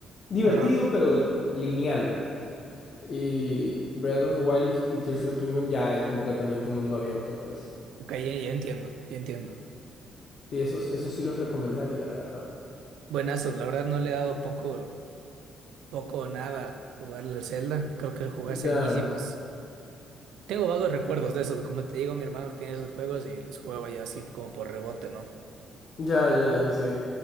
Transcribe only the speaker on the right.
Ajá.
Ok, ya, ya entiendo. Ya entiendo.
Buenazo. La verdad no le he dado poco, poco o nada jugarle al Zelda. Creo que lo jugué
hace añísimos. Tengo vagos recuerdos de eso. Como te digo, mi hermano tenía esos juegos y los jugaba yo así como por rebote, ¿no?